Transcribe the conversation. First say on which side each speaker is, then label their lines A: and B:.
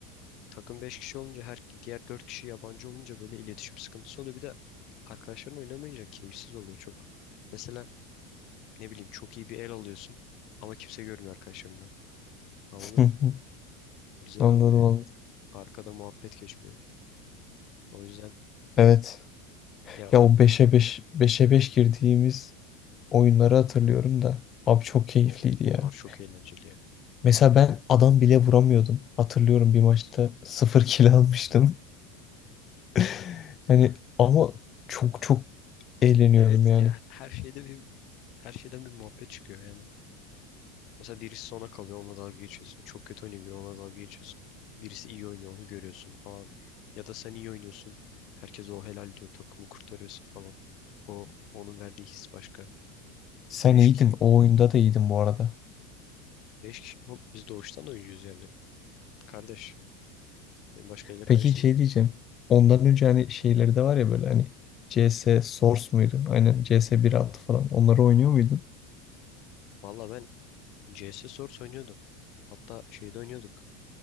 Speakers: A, on the left; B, on the left.
A: takım 5 kişi olunca her diğer 4 kişi yabancı olunca böyle iletişim sıkıntısı oluyor. Bir de arkadaşların oynamayınca keyifsiz oluyor çok. Mesela ne bileyim çok iyi bir el alıyorsun ama kimse görmüyor arkadaşlarından. Anladın
B: <laughs>
A: mı? Güzel
B: Anladım
A: olmuyor yani.
B: anladım.
A: Arkada muhabbet geçmiyor. O yüzden
B: Evet.
A: ya
B: Ya o beşe 5 beşe 5 girdiğimiz oyunları hatırlıyorum da. Abi çok keyifliydi
A: o- onlar
B: ya.
A: çok eğlenceli ya.
B: Mesela
A: Bak
B: ben
A: var ya.
B: adam bile vuramıyordum. Hatırlıyorum bir maçta sıfır kill almıştım. <laughs> Yani ama çok çok eğleniyordum
A: Evet
B: yani.
A: ya her şeyde bir her şeyden bir muhabbet çıkıyor yani. Mesela birisi sona kalıyor onunla dalga geçiyorsun. Çok kötü oynuyor biri onunla dalga geçiyorsun. Birisi iyi oynuyor onu görüyorsun falan. Ya da sen iyi oynuyorsun. Herkes o helal diyor takımı kurtarıyorsun falan. O onun verdiği his başka.
B: Sen
A: Beş,
B: iyiydin.
A: ki-
B: O oyunda da iyiydin bu arada.
A: beş kişi oğlum biz doğuştan oyuncuyuz yani. Kardeş beni başkalarıyla karıştırma.
B: Peki şey diyeceğim. Ondan önce hani şeyleri de var ya böyle hani CS Source muydu? Aynen CS 1.6 falan. Onları oynuyor muydun?
A: Valla ben CS Source oynuyordum. Hatta şeyde oynuyorduk.